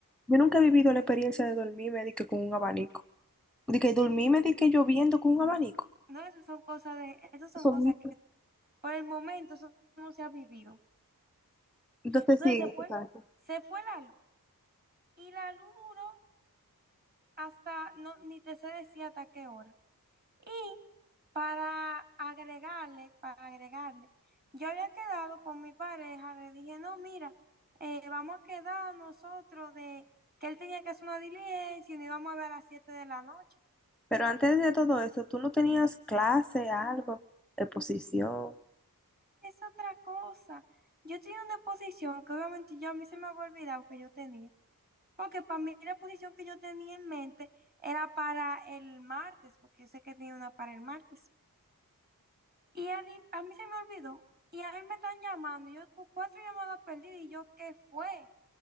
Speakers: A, in the centre; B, on the right (about 25°).
A: Yo nunca he vivido la experiencia de dormirme de que con un abanico. De que dormirme de que lloviendo con un abanico.
B: No, esas son cosas de... Esas son
A: Son
B: cosas
A: mil-
B: que por el momento eso no se ha vivido.
A: Entonces
B: Entonces
A: sí,
B: se fue,
A: exacto.
B: se fue la luz. Y la luz duró hasta... No, ni te sé decir hasta qué hora. Y para agregarle, para agregarle, yo había quedado con mi pareja, le dije, no, mira, eh, vamos a quedar nosotros de que él tenía que hacer una diligencia y nos íbamos a ver a las 7 de la noche.
A: Pero antes de todo eso, tú no tenías clase, algo, exposición.
B: Es otra cosa. Yo tenía una posición que obviamente yo a mí se me había olvidado que yo tenía, porque para mí la posición que yo tenía en mente era para el martes, porque yo sé que tenía una para el martes. Y a, mí- a mí se me olvidó. Y a mí me están llamando. y Yo cu- cuatro llamadas perdidas. Y yo, ¿qué fue?